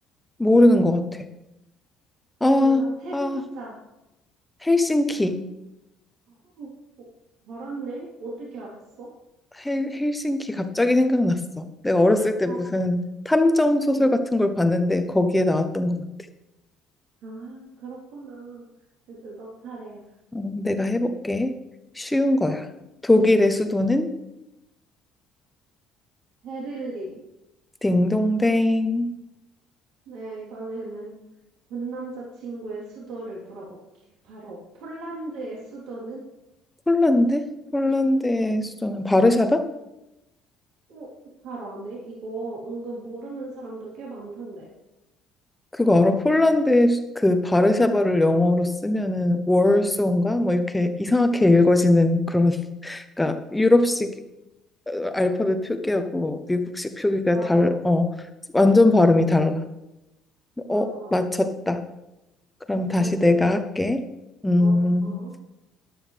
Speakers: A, in the centre; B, on the right.
A: 모르는 것 같아. 아,
B: 뭔가 세
A: 아
B: 글자, 세
A: 헬싱키
B: 글자. 어, 어, 알았네? 어떻게 알았어?
A: 헬, 헬싱키 갑자기 생각났어. 내가 어렸을 때
B: 어,
A: 무슨
B: 그,
A: 탐정 소설
B: 음.
A: 같은 걸 봤는데 거기에 나왔던 것 같아.
B: 아, 그렇구나. 이제 너 차례야.
A: 어, 내가 해볼게. 쉬운 거야. 독일의 수도는
B: 베를린.
A: 딩동댕
B: 내가 이번에는 전 남자친구의 수도를 물어볼게. 바로 폴란드의 수도는?
A: 폴란드 폴란드의 수도는 바르샤바?
B: 어, 바로 아네? 이거 은근 모르는 사람도 꽤 많던데.
A: 그거 알아?
B: 응,
A: 폴란드의 수- 그 바르샤바를 영어로 쓰면은 월소인가? 뭐 이렇게 이상하게 읽어지는 그런 <laughs> 그러니까 유럽식 어, 알파벳 표기하고 미국식 표기가
B: 맞아,
A: 달,
B: 맞아.
A: 어, 완전 발음이 달라.
B: 맞아,
A: 어,
B: 맞아.
A: 맞췄다. 그럼
B: 완전,
A: 다시 내가 할게. 음,
B: 어, 어.